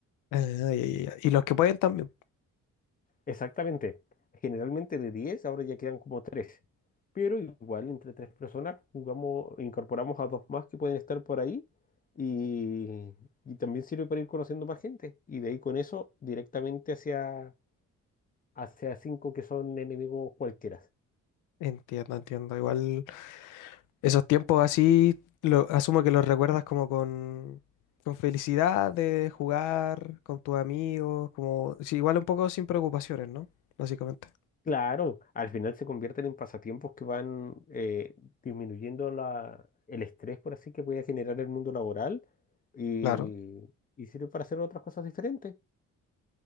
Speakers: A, on the left; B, on the left.
A: Ah, ya, ya, ya. Y los que pueden también.
B: Exactamente, generalmente de 10 ahora ya quedan como 3, pero igual entre tres personas jugamos, incorporamos a dos más que pueden estar por ahí y, y también sirve para ir conociendo más gente y de ahí con eso directamente hacia, hacia cinco que son enemigos cualquiera.
A: Entiendo, entiendo. Igual esos tiempos así, lo, asumo que los recuerdas como con, con felicidad de jugar con tus amigos, como, sí, igual un poco sin preocupaciones, ¿no? Básicamente.
B: Claro, al final se convierten en pasatiempos que van eh, disminuyendo la- el estrés, por así que puede generar el mundo laboral y,
A: Claro.
B: y sirve para hacer otras cosas diferentes.